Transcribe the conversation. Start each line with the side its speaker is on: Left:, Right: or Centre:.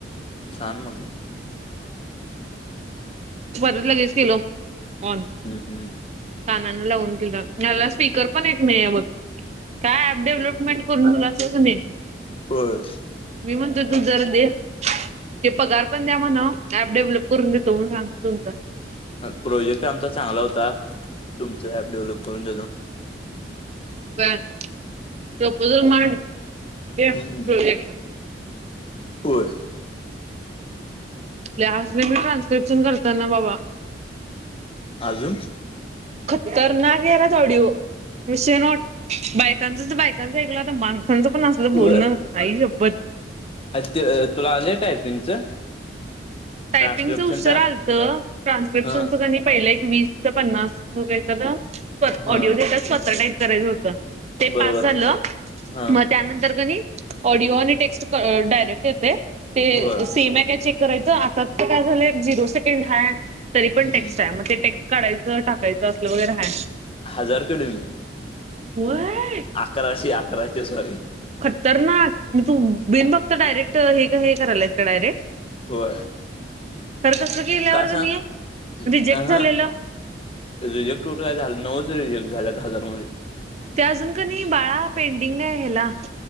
Left: छान मग
Right: बरच लगेच केेलो ऑन
Left: हम् हम्
Right: कानाला लावून दिला मला स्पीकर पण एक नाही मग काय ऍप डेव्हलपमेंट करून तुला असंच नाही
Left: बर
Right: मी म्हणतो तू जरा दे ते पगार पण द्या म्हणा ऍप डेव्हलप करून देतो म सांग तुमचा
Left: प्रोजेक्ट आमचा चांगला होता तुमचं ऍप डेव्हलप करून
Right: बर प्रपोझल मांड प्रोजेक्ट
Left: हम्म. होय
Right: लस्टने मी ट्रान्स्क्रिप्शन करत ना बाबा
Left: अजून
Right: खतरनाक यालात ऑडिओ विषय नॉट बायकांच तर बायकांच ऐकलं आता माणसांचं पण असलं बोलणं
Left: होय
Right: आई शप्पथ
Left: ते तुला आलेय टायपिंगचं
Right: टायपिंगचं
Left: ट्रान्स्क्रिप्शन
Right: उच्चार
Left: टास्क?
Right: आलतं ट्रान्स्क्रिप्शनचं
Left: हा
Right: की नाही पहिलं एक वीस ते पन्नास हो काय ना स्व
Left: हा
Right: ऑडिओ देताात स्वतः टाईप करायचं होतं ते
Left: बरोबर
Right: पास झालं
Left: हा
Right: मग त्यानंतर कनि ऑडिओ आणि टेक्स्ट डायरेक्ट येत ते
Left: होय.
Right: सेम आहे काय चेक करायचं काय झालंय झिरो सेकंड हा तरी पण
Left: हम्म.
Right: टेक्स्ट आहे ते टेक्स काढयचं टाकायचं असलं वगैरे आहे.
Left: हजार कडे म
Right: होय
Left: अकराशे अकराशे सॉरी
Right: खतर ना म तू बिन फक्त डायरेक्ट हे हे करायलाच का डायरेक्ट
Left: होय
Right: खर कस केल्यावर
Left: का सांग?
Right: नाही आहे रिजेक्ट
Left: अ हा
Right: झालेलं
Left: रिजेक्ट होय झाले नऊच रिजेक्ट झाले दहा हजार मध्ये
Right: ते अजून का नाही बाळा पेंडिंग आहे ह्याला